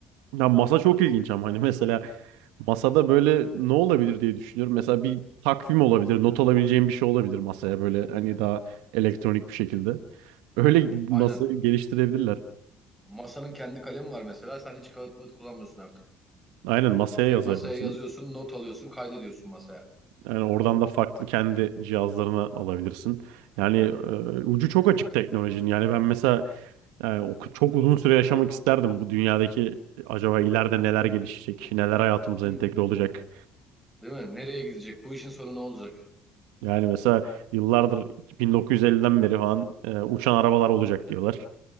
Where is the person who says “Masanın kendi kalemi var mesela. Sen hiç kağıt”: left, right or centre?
Centre